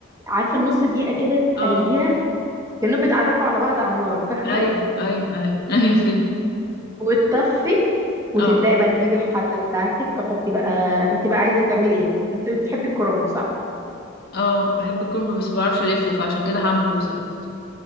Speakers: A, on the right; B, on the left.
A: عارفه النص دقيقه كده تقلبيها
B: اه
A: كانهم بيتعرفوا على بعض على النار فاهمه
B: ايوه ايوه ايوه <laughs> ايوه فهمت
A: وتطفي وتبداي
B: اه
A: بقى تجيبي الحله بتاعتك تحطي بقى انت بقى عايزه تعملي ايه انت بتحبي الكرنب صح
B: اه بحب الكرنب بس ما بعرفش الفه فعشان كده هعمل كوسه بقى